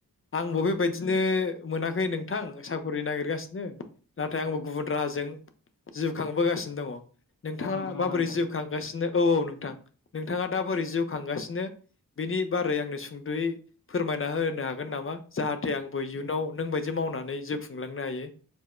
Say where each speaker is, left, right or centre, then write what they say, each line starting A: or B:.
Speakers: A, on the left; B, on the left.
A: आंबो
B: औ
A: बेेबायदिनो मोनाखै नोंथां साख'रि नागिरगासिनो नाथाय
B: औ
A: आंबो गुबुन राहाजों जिउ खांबोगासिनो दङ। नोंथाङा
B: औ नंगौ नामा
A: माबोरै
B: नोंथां
A: जिउखां थिनो औ औ नोंथां नोंथाङा दा बोरै जिउ खांगासिनो बेनि बारै आंनो सुंद'यै फोरमायना होनो हागोन नामा? जाहाथे आंबो इयुनाव नोंबाय मावनानै जिउ खुंलांनो हायो